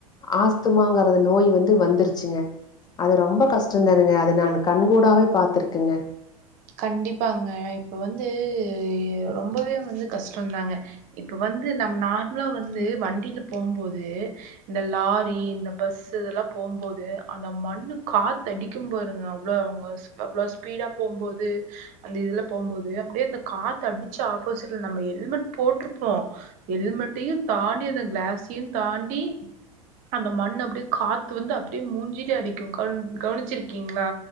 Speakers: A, on the left; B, on the right.
A: ஆஸ்துமாங்கறத நோய் வந்து வந்துருச்சுங்க அது ரொம்ப கஷ்டந்தானுங்க அது நா கண்கூடாவே பாத்திருக்கேங்க
B: கண்டிப்பாங்க இப்ப வந்து ரொம்பவே வந்து கஷ்டந்தாங்க இப்ப வந்து நம்ம நார்மலா வந்து வண்டில போம்போது இந்த லாரி இந்த பஸ்சு இதெல்லா போம்போது அந்த மண்ணு காத்தடிக் கு பாருங்க அவ்ளோ அவங்க அவ்ளோ ஸ்பீடா போம்போது அந்த இதுல போம்போது அப்டியே அந்த காத்து அடிச்சு ஆப்போசிட்ல நம்ம ஹெல்மெட் போட்டிருப்போ ஹெல்மெட்டையு தாண்டி அந்த கிளாஸையு தாண்டி அந்த மண்ணு அப்டியே காத்து வந்து அப்டியே மூஞ்சிலயே அடிக்கு கவ் கவனிச்சிருக்கீங்களா